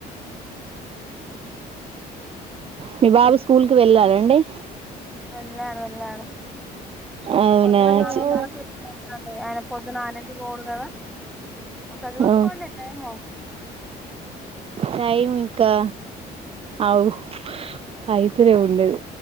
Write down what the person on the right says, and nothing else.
మీ బాబు స్కూల్కి వెళ్ళారా అండి
అవునా
చి-
ఆ,
టైం ఇంకా అవును అయితనే ఉన్నది